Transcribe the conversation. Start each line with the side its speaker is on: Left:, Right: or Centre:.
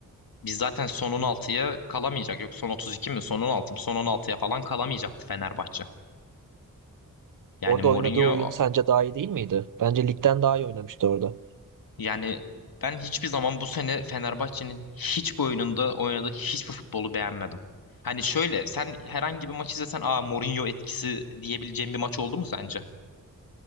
Left: biz zaten son 16'ya kalamayacak. Yok son 32 mi? Son 16 mı? Son 16'ya falan kalamayacaktı Fenerbahçe. Yani
Right: Orada
Left: Mourinho
Right: oynadığı oyun sence daha iyi değil miydi? Bence ligden daha iyi oynamıştı orada.
Left: Yani ben hiçbir zaman bu sene Fenerbahçe'nin hiçbir oyununda oynadığı hiçbir futbolu beğenmedim. Hani şöyle sen herhangi bir maç izlesen aa Mourinho etkisi diyebileceğin bir maç oldu mu sence?